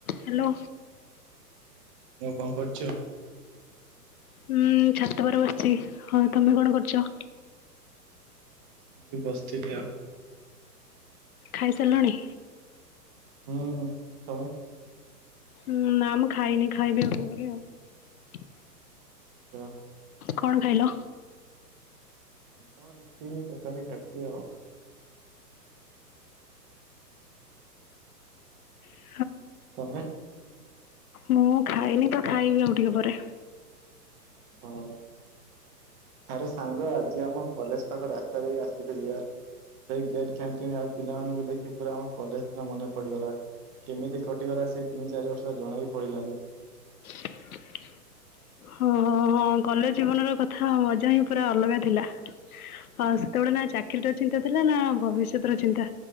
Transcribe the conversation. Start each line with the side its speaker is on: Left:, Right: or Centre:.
Left: Hello.
Right: Hello କଣ କରୁଚୁ?
Left: ହୁଁ ଛାତ ଉପରେ ବସିଚି ହଁ। ତମେ କଣ କରୁଚ?
Right: ଏ ବସିଥିଲି ଆଉ।
Left: ଖାଇ ସାରିଲଣି?
Right: ହଁ। ତମେ?
Left: ଉଁ ନାଁ ମୁଁ ଖାଇନି ଖାଇବି ଆଉ ଟିକେ ପରେ ଆଉ।
Right: <unintelligible>
Left: କଣ ଖାଇଲ?
Right: ହଁ ରୁଟି ତରକାରୀ ଖାଇଛି ଆଉ।
Left: ହଁ।
Right: ତମେ
Left: ମୁଁ ଖାଇନି ତ ଖାଇବି ଆଉ ଟିକେ ପରେ।
Right: ହଉ ଆରେ ସାଙ୍ଗ ଆଜି ଆମ କଲେଜ ପାଖ ରାସ୍ତା ଦେଇ ଆସୁଥିଲି ୟାର। ସେଇ ଗେଟ୍ କ୍ୟାଣ୍ଟିନ୍ ଆଉ ପିଲାମାନଙ୍କୁ ଦେଖି ପୁରା ଆମ କଲେଜ ଦିନ ମନେ ପଡିଗଲା। କେମିତି କଟିଗଲା ସେ ତିନି ଚାରି ବର୍ଷ ଜଣା ହି ପଇଲାନି।
Left: <inaudible> ହ ହ ହଁ କଲେଜ ଜୀବନ ର କଥା ମଜା ହିଁ ପୁରା ଅଲଗା ଥିଲା। ହଁ ସେତେବେଳେ ନା ଚାକିରିୀର ଚିନ୍ତା ଥିଲା ନା ଭବିଷ୍ୟତ ର ଚିନ୍ତା।